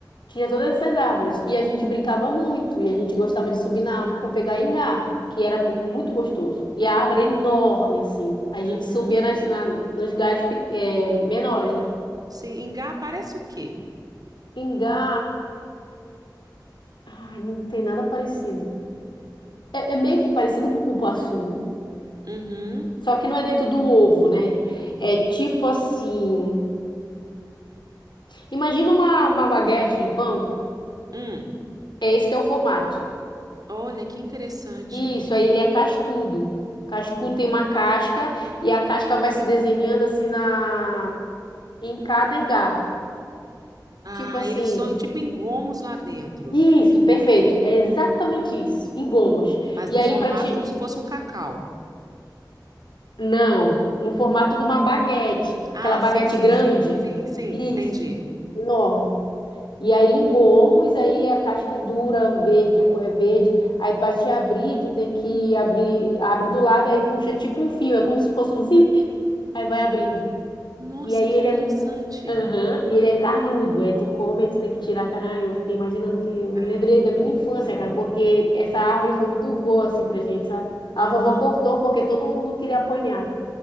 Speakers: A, on the left; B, on the right.
A: tinha todas essas árvores. E a gente brincava muito, e a gente gostava de subir na árvore para pegar ingá, que era mu- muito gostoso. E a árvore era enorme, assim. A
B: Uhum.
A: gente subia nas, na- nos galhos pe- é, menores, né?
B: Sim, Engá parece o quê?
A: Ingá, ai, não tem nada parecido. É, é meio que parecido com o cupuaçu.
B: Uhum.
A: Só que não é dentro do ovo, né? É tipo assim. Imagina uma, uma baguete de pão.
B: Hum.
A: É esse que é o formato.
B: Olha, que interessante.
A: Isso, aí ele é cascudo. Cascudo tem uma casca e a casca vai se desenhando assim na em cada engar.
B: Ah,
A: Tipo assim.
B: eles são em- tipo engomos lá dentro,
A: Isso, perfeito. É exatamente isso, em gomos.
B: mas
A: E
B: no
A: aí
B: formato
A: para ti
B: como se fosse um cacau.
A: não, no formato de uma baguete, aquela
B: Ah,
A: baguete
B: sim, sim,
A: grande.
B: sim, sim, sim,
A: Isso,
B: entendi.
A: enorme. E aí em gomos, aí a casca é dura, verde, a cor é verde. Aí para te abrir, tu tem que abrir, abre do lado, aí puxa tipo um fio, é como se fosse um zip. Aí vai abrindo.
B: Nossa,
A: E aí
B: que
A: ele
B: interessante.
A: é, Aham, e ele é carnudo. Aí tu come, aí tu tem que tirar a carne. Ai, eu fiquei imaginando que eu
B: Ai,
A: me lembrei da
B: que
A: minha
B: delícia.
A: infância, cara, porque essa árvore foi muito boa assim pra gente, sabe? A
B: Aham.
A: vovó cortou porque todo mundo queria apanhar,